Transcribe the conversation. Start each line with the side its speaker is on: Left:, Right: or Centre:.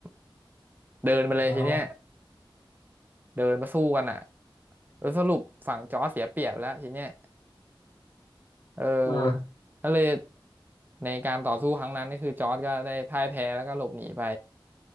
Right: ำเดินไปเลยทีเนี้ย
Left: อ๋อ
Right: เดินมาสู้กันอ่ะเออสรุปฝั่งจอร์จเสียเปรียบแล้วทีเนี้ยเออ
Left: อืม
Right: ก็เลยในการต่อสู้ครั้งนั้นก็คือจอร์จก็ได้พ่ายแพ้แล้วก็หลบหนีไป